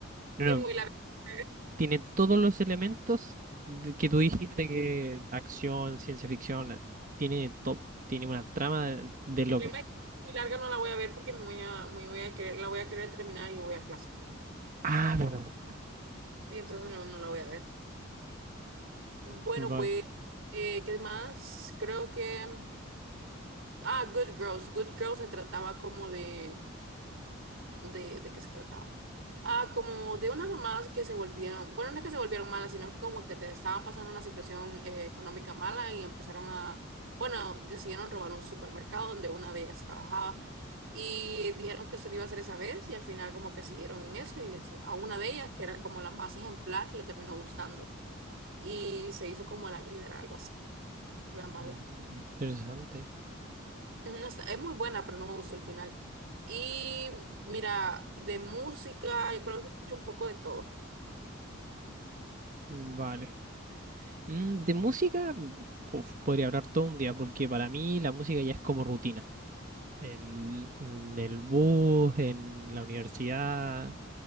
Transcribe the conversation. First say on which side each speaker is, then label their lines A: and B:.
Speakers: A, on the right; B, on the right.
A: No,
B: Si es
A: no,
B: muy larga. El
A: Tiene todos los elementos de- que tú dijiste que acción, ciencia ficción, la- tiene todo, tiene una trama de, de loco.
B: problema es que si es muy larga, no la voy a ver porque me voy a, me voy a querer, la voy a querer terminar y voy a clases ahorita.
A: Ah, bueno.
B: Sí, entonces no, no la voy a ver. Bueno,
A: Vale.
B: pues, eh, ¿qué más? Creo que... mm, Ah, Good Girls. Good Girls se trataba como de... ¿De, de qué se trataba? Ah, como de unas mamás que se volvieron... Bueno, no es que se volvieron malas, sino que como que te estaban pasando una situación eh, económica mala y empezaron a... Bueno, decidieron robar un supermercado donde una de ellas trabajaba y dijeron que eso lo iba a hacer esa vez y al final como que siguieron en eso y les- a una de ellas, que era como la más ejemplar, le terminó gustando y se hizo como la líder, algo así. La mala.
A: Mm, Interesante.
B: No está- es muy buena, pero no me gustó el final. Y mira, de música, yo creo que escucho un poco de todo.
A: Vale. Mm, de música, mm, uf, podría hablar todo un día, porque para mí la música ya es como rutina. En, en el bus, en la universidad,